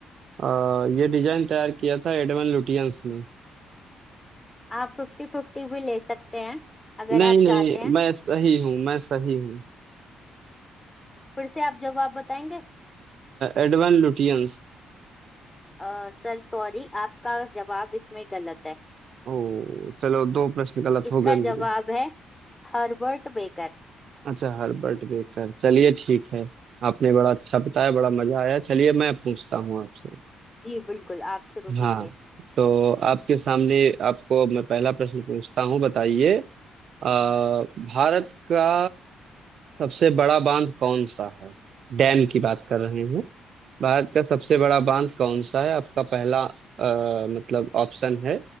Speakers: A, on the right; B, on the left.
A: आ, ये डिजाइन तैयार किया था एडवन लुटियंस ने
B: आप फिफ्टी फिफ्टी भी ले सकते हैं अगर
A: नहीं
B: आप
A: नहीं
B: चाहते हैं
A: मैं सही हूँ मैं सही हूँ
B: फिर से आप जवाब बताएंगे
A: Edwin Lutyens
B: अ, सर सॉरी आपका जवाब इसमें गलत है
A: ओ चलो दो प्रश्न गलत
B: इसका
A: हो गए मेरे
B: जवाब है हर्बर्ट बेकर
A: अच्छा हर्बर्ट बेकर चलिए ठीक है आपने बड़ा अच्छा बताया बड़ा मजा आया चलिए मैं पूछता हूँ आपसे
B: जी बिल्कुल आप शुरू
A: हाँ
B: कीजिए
A: तो आपके सामने आपको मैं पहला प्रश्न पूछता हूँ बताइए अ, भारत का सबसे बड़ा बांध कौन सा है डैम की बात कर रहे हैं भारत का सबसे
B: जी
A: बड़ा बांध कौन सा है आपका पहला अ, मतलब ऑप्शन है